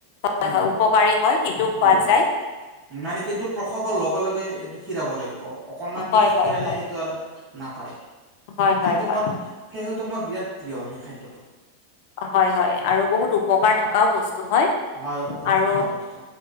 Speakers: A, on the left; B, on the right.
A: হয়
B: উম
A: হয় উপকাৰী হয় সেইটোও খোৱা
B: অঁ
A: যায়।
B: মানে কি এইটো প্ৰসাৱৰ লগে লগে এইটো খীৰাব লাগিব, অকনমান
A: হয়
B: পিছত
A: হয়
B: খীৰালে
A: হয়
B: সেইটো আৰু নাপায়।
A: হয় হয়
B: সেইটো
A: হয়
B: মোৰ ফেহুটো মোৰ বিৰাট প্ৰিয় সেই খাদ্যটো।
A: হয় হয় আৰু বহুত উপকাৰ থকাও বস্তু হয়
B: হয় উপকাৰ
A: আৰু
B: থকা বস্তু।